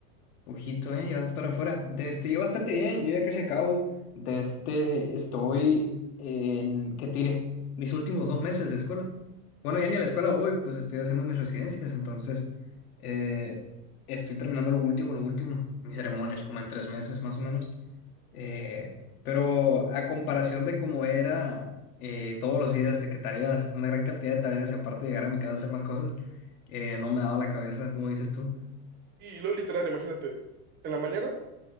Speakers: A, on the left; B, on the right.
A: Ojito, ¿eh? Y vas para afuera. De este, yo bastante bien, yo ya casi acabo. De este, estoy en, ¿qué tiré? Mis últimos dos meses de escuela. Bueno, ya ni a la escuela voy, pues estoy haciendo mis residencias, entonces eh, estoy terminando lo último, lo último, mis ceremonias, como en tres meses más o menos. Eh, pero a comparación de cómo era eh, todos los días, de que tareas, una gran cantidad de tareas y aparte llegar a mi casa a hacer más cosas, eh, no me daba la cabeza, como dices tú.
B: Y luego, literal, imagínate, en la mañana